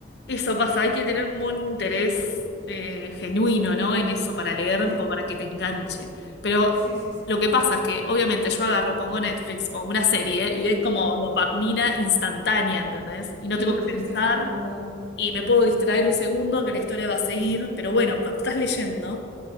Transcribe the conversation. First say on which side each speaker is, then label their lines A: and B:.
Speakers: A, on the left; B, on the right.
A: Eso pasa, hay que tener como un interés eh, genuino, ¿no? En eso para leer,
B: Sí,
A: como para que te enganche. Pero
B: sí, sí, sí,
A: lo
B: sí.
A: que pasa es que, obviamente, yo agarro, pongo Netflix, pongo una serie y es como dopamina instantánea, ¿entendés? Y no
B: Y
A: tengo
B: no
A: que
B: tienes
A: pensar
B: que hacer nada.
A: y me puedo distraer un segundo que la historia va a seguir. Pero bueno, cuando estás leyendo,